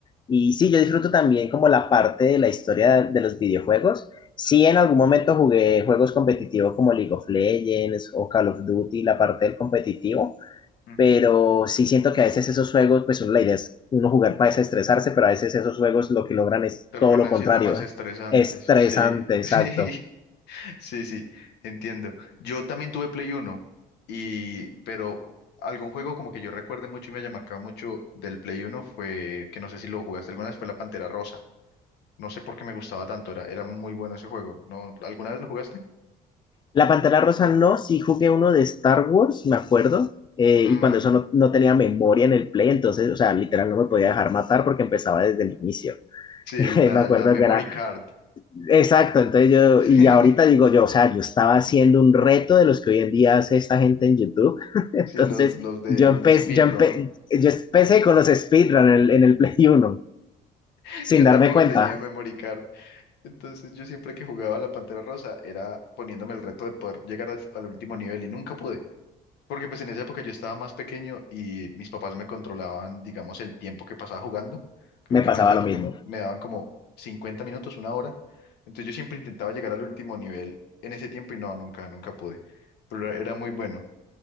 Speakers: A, on the left (about 25°); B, on the left (about 80°).
A: Y sí, yo disfruto también como la parte de la historia de los videojuegos. Sí, en algún momento jugué juegos competitivos como League of Legends o Call of Duty, la parte del competitivo
B: ujú.
A: pero sí siento que a veces esos juegos, pues la idea es uno jugar para desestresarse, pero a veces esos juegos lo que logran es
B: Terminan
A: todo lo contrario,
B: siendo más estresantes.
A: ¿eh? estresante,
B: Sí, <laughs>
A: exacto.
B: sí. Sí, sí, entiendo. Yo también tuve Play Uno y pero algún juego como que yo recuerde mucho y me haya marcado mucho del Play Uno fue que no sé si lo jugaste alguna vez, fue la Pantera Rosa. No sé por qué me gustaba tanto, era, era muy bueno ese juego. ¿No? ¿Alguna vez lo jugaste?
A: La Pantera Rosa no, sí jugué uno de Star Wars, me acuerdo, eh,
B: Mm,
A: y cuando eso no, no, tenía memoria en el play, entonces, o sea, literal no me podía dejar matar porque empezaba desde el inicio.
B: sí,
A: <laughs>
B: la,
A: me acuerdo
B: la memory
A: que era
B: card.
A: Exacto, entonces yo,
B: <laughs>
A: y ahorita digo yo, o sea, yo estaba haciendo un reto de los que hoy en día hace esta gente en YouTube, <laughs> entonces
B: Sí, los, los de
A: yo
B: un
A: empecé,
B: speedrun.
A: yo, empe yo empecé con los speedrun en el, en el Play Uno,
B: <laughs>
A: sin
B: Yo
A: darme
B: tampoco
A: cuenta,
B: tenía memory card. Entonces yo siempre que jugaba a la Pantera Rosa era poniéndome el reto de poder llegar al, al último nivel y nunca pude. Porque pues en esa época yo estaba más pequeño y mis papás me controlaban, digamos, el tiempo que pasaba jugando. Creo
A: me
B: que
A: pasaba
B: en esa época
A: lo mismo.
B: m- me daban como 50 minutos, una hora. Entonces yo siempre intentaba llegar al último nivel en ese tiempo y no, nunca, nunca pude. Pero era era muy bueno.